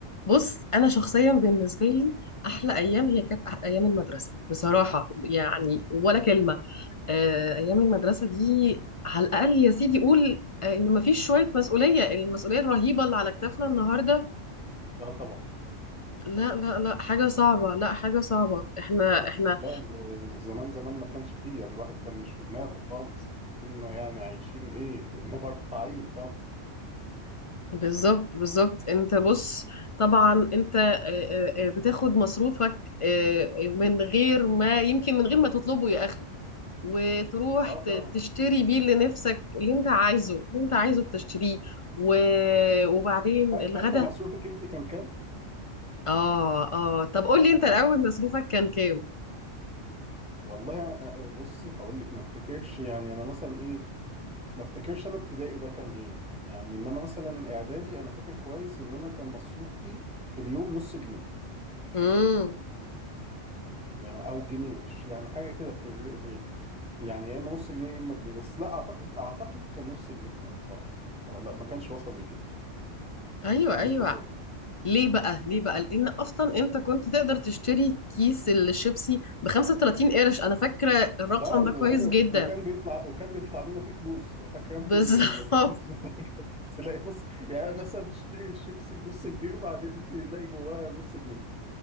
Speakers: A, on the left; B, in the centre.
A: بص انا شخصيا بالنسبه لي احلى ايام هي كانت أح- ايام المدرسه بصراحه يعني ولا كلمه آه، ايام المدرسه دي على الاقل يا سيدي قول آه، ان مفيش شويه مسؤوليه المسؤوليه الرهيبه اللي على كتافنا النهارده
B: لا طبعا
A: لا لا لا حاجه صعبه لا حاجه صعبه احنا احنا
B: لا ال- زمان زمان ما كانش فيه يعني الواحد كان مش في دماغه خالص احنا كنا يعني عايشين ايه ب- مبرطعين خالص
A: بالظبط بالظبط انت بص طبعا انت آه، آه، آه، بتاخد مصروفك آه، آه، من غير ما يمكن من غير ما تطلبه يا اخي وتروح
B: اه
A: ت-
B: طبعا
A: تشتري بيه اللي نفسك اللي انت عايزه اللي انت عايزه بتشتريه و... وبعدين
B: فا-
A: الغدا
B: فاكره مصروفك انت كان كام
A: اه اه طب قول لي انت الاول مصروفك كان كام
B: والله أ- أ- بصي هقول لك ما افتكرش يعني انا مثلا ايه ما افتكرش انا ابتدائي ده كان ايه يعني انما مثلا اعدادي انا فاكر كويس ان انا كان مصروفي في اليوم نص جنيه
A: امم
B: يعني او جنيه مش يعني حاجه كده في, الر- في يعني يا اما نص جنيه يا اما جنيه بس لا اعتقد اعتقد كان نص جنيه كمان اه اه لا ما كانش وصل لجنيه
A: ايوه
B: ما كانش
A: ايوه
B: وسط
A: ليه بقى ليه بقى لان اصلا انت كنت تقدر تشتري كيس الشيبسي ب 35 قرش انا فاكره الرقم
B: لا أنا
A: ده كويس
B: فاكر
A: جدا
B: وكان بيطلع وكان بيطلع لنا فيه فلوس فاكر
A: <laughs> بالظبط
B: انت اللي اللي بتاعك <laughs> تلاقي نص يعني مثلا تشتري الشيبسي بنص جنيه وبعدين تلاقي جواه نص جنيه